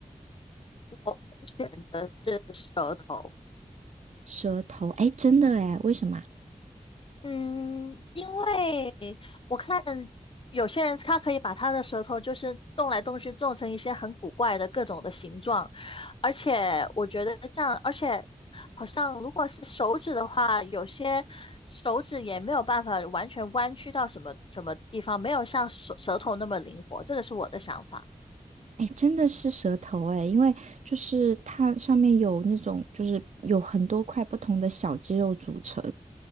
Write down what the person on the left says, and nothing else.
我会选择是舌头。
嗯，因为我看有些人他可以把他的舌头就是动来动去，做成一些很古怪的各种的形状，而且我觉得这样，而且好像如果是手指的话，有些手指也没有办法完全弯曲到什么什么地方，没有像舌舌头那么灵活，这个是我的想法。